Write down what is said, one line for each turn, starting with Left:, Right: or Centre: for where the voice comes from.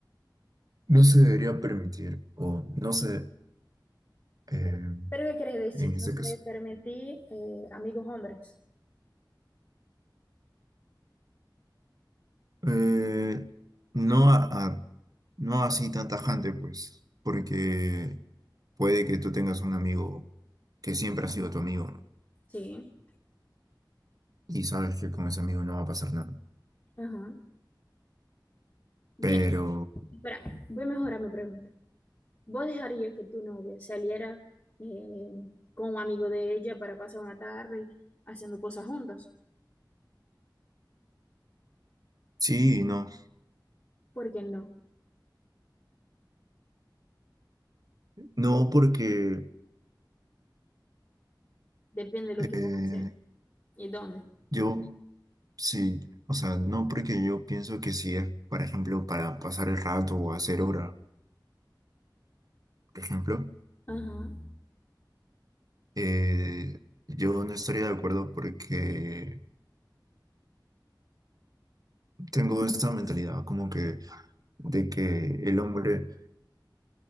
Right: no se debería permitir, o no sé, eh,
Left: ¿pero qué querés decir?
Right: en
Left: Que
Right: este
Left: no se
Right: caso,
Left: debe permitir eh, amigos hombres.
Right: eh, no a- a- no así tan tajante, pues, porque puede que tú tengas un amigo que siempre ha sido tu amigo, ¿no?
Left: Sí.
Right: Y sabes que con ese amigo no va a pasar nada.
Left: Ajá. Bien,
Right: Pero
Left: espera, voy a mejorar mi pregunta. ¿Vos dejarías que tu novia saliera eh, con un amigo de ella para pasar una tarde haciendo cosas juntos?
Right: sí, no.
Left: ¿Por qué no?
Right: No porque
Left: Depende de lo
Right: Eh,
Left: que vos haces y dónde.
Right: yo sí, o sea, no porque yo pienso que si es, por ejemplo, para pasar el rato o hacer hora, por ejemplo,
Left: Ajá.
Right: eh, yo no estaría de acuerdo porque tengo esta mentalidad como que de que el hombre